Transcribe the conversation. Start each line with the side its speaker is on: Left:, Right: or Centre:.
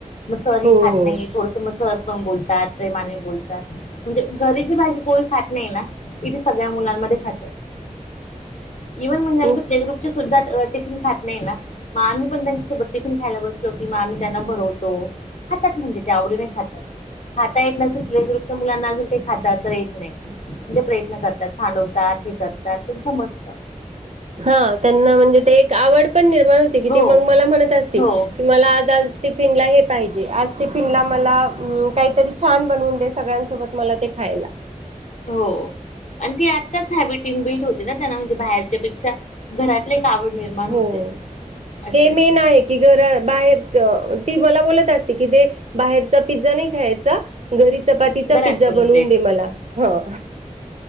Left: म सर हे
Right: हो
Left: खात नाही थोडसं म सर बोलतात प्रेमाने बोलतात म्हणजे घरी जी भाजी णी खात नाही ना, इथे सगळ्या मुलांमधे खातात इव्हण म्हणजे
Right: हो
Left: आमच्या प्ले ग्रुपचे सुद्धा टिफिन खात नाही ना मग आम्ही पण त्यांच्यासोबत टिफिन खायला बसलो की मग आम्ही त्यांना भरवतो खातात म्हणजे ते आवडीने खातात खाता येत नसेल प्ले ग्रुपच्या मुलांना अजून काही खात तर येत नाही पण ते प्रयत्न तात सांडवतात हे करतात त्यात पण समजत
Right: हा त्यांना म्हणजे एक आवड पण निर्माण होती
Left: हो
Right: कि मग मला म्हणत असती
Left: हो
Right: की मला आज टिफिनला हे पाहिजे आज ते पा टिफिनला मला अं काहीतरी छान बनवून दे सगळ्यांसोबत मला ते खायला
Left: हो आणि ती आत्ताच हॅबिटींग बिल्ड होते ना त्यांना म्हणजे बाहेरच्या पेक्षा घरातले- आवड निर्माण
Right: हो
Left: होते, असय
Right: हे मेन आहे की बाहेर अ ती मला अ बोलत असते कि ते बाहेरचा पिझ्झा नाही खायचा घरी चपातीचा
Left: घरात
Right: पिझ्झा बनवून
Left: द्यायचं
Right: दे मला हं